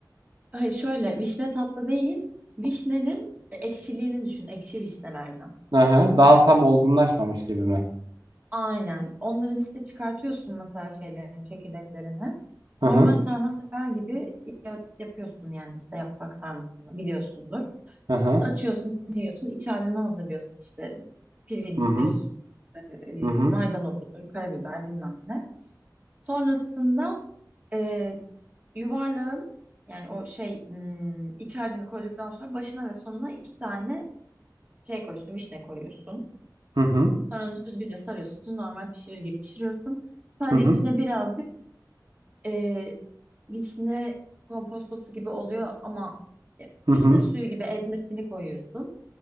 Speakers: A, on the right; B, on the right.
A: Hayır şöyle vişne tatlı değil. Vişnenin e, ekşiliğini düşün. Ekşi vişnelerden.
B: Hı hı. Daha tam olgunlaşmamış gibi mi?
A: Aynen. Onların işte çıkartıyorsun mesela şeylerini, çekirdeklerini.
B: Hı
A: Normal
B: hı.
A: sarma sefer gibi ya- yapıyorsun yani işte yaprak sarmasını biliyorsundur.
B: Hı hı.
A: İşte açıyorsun, yiyorsun, iç harcını hazırlıyorsun işte pirincidir,
B: Hı hı.
A: e, e,
B: Hı hı.
A: maydanozudur, karabiber bilmem ne. Sonrasında e, yuvarlağın yani o şey m, iç harcını koyduktan sonra başına ve sonuna iki tane şey koyuyorsun, vişne koyuyorsun.
B: Hı hı.
A: Sonra düzgünce sarıyorsun. Normal pişirir gibi pişiriyorsun. Sadece
B: Hı hı.
A: içine birazcık e, vişne kompostosu gibi oluyor ama e,
B: Hı hı.
A: vişne suyu gibi ezmesini koyuyorsun.